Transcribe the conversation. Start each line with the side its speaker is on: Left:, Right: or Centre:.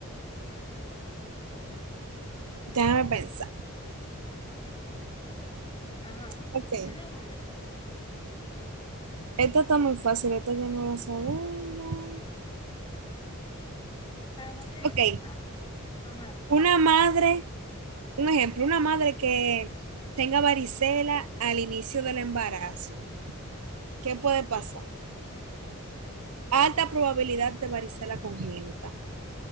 Right: Déjame pensar.
Left: Ajá.
Right: Ok.
Left: No tiene una,
Right: Esto está muy fácil, esto ya no lo sabemos.
Left: pero no tiene
Right: Ok.
Left: toda. Ajá.
Right: Una madre un ejemplo, una madre que tenga varicela al inicio del embarazo,
Left: Ok.
Right: ¿qué puede pasar? Alta probabilidad de varicela congénita,